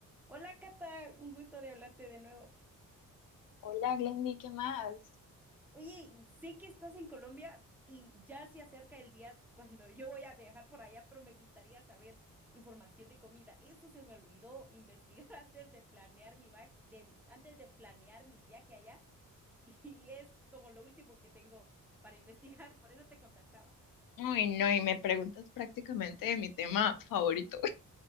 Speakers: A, in the centre; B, on the left.
A: Hola Cata, un gusto de hablarte de nuevo.
B: Hola, Glendy, ¿qué más?
A: Oye, sé que estás en Colombia y ya se acerca el día cuando yo voy a viajar por allá, pero me gustaría saber información de comida. Eso se me olvidó investigar <laughs> antes de planear mi va- de, antes de planear mi viaje allá <laughs> y es como lo último que tengo para investigar, por eso te contactaba.
B: Uy, no, y me preguntas prácticamente de mi tema favorito.